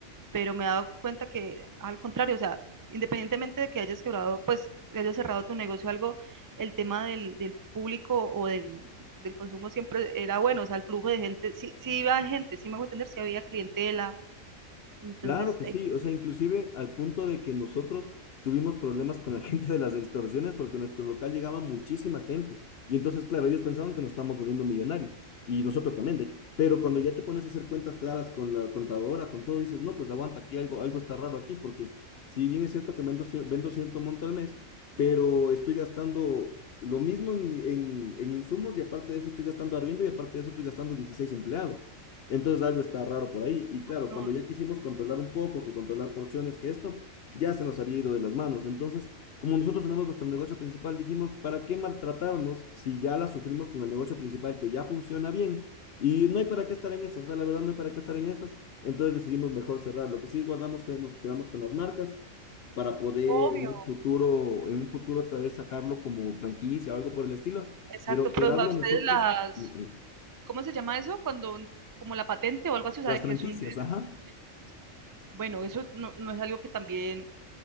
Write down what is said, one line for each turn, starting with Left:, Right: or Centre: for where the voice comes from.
Right: pero me he dado cuenta que al contrario, o sea, independientemente de que hayas quebrado, pues hayas cerrado tu negocio o algo, el tema del, del público o del, del, consumo siempre era bueno, o sea, el flujo de gente, sí, sí iba gente, sí me hago entender, sí había clientela, entonces,
Left: Claro que
Right: eh,
Left: sí, o sea, inclusive al punto de que nosotros tuvimos problemas con la <laughs> gente de las extorsiones porque a nuestro local llegaba muchísima gente. Y entonces, claro, ellos pensaban que nos estábamos volviendo millonarios y nosotros también, de hecho. Pero cuando ya te pones a hacer cuentas claras con la contadora, con todo, dices, no, pues aguanta, aquí algo, algo está raro aquí porque si bien es cierto que vendo, cier- vendo cierto monto al mes, pero estoy gastando lo mismo en, en, en insumos y aparte de eso estoy gastando arriendo y aparte de eso estoy gastando 16 empleados. Entonces algo está raro por ahí. Y claro,
Right: no,
Left: cuando ya quisimos controlar un poco, que controlar porciones, que esto, ya se nos había ido de las manos. Entonces, como nosotros tenemos nuestro negocio principal, dijimos, ¿para qué maltratarnos si ya la sufrimos con el negocio principal que ya funciona bien? Y no hay para qué estar en estas, o sea, la verdad no hay para qué estar en estas. Entonces decidimos mejor cerrar. Lo que sí guardamos fue, nos quedamos con las marcas para poder
Right: obvio,
Left: en un futuro, en un futuro otra vez sacarlo como franquicia o algo por el estilo,
Right: exacto,
Left: pero operarlo
Right: pero o sea, ustedes
Left: nosotros,
Right: las,
Left: mm, mm,
Right: ¿cómo se llama eso? Cuando, como la patente o algo así, o sea,
Left: las
Right: de que
Left: franquicias,
Right: son...
Left: ajá.
Right: exacto. Bueno, eso no, no es algo que también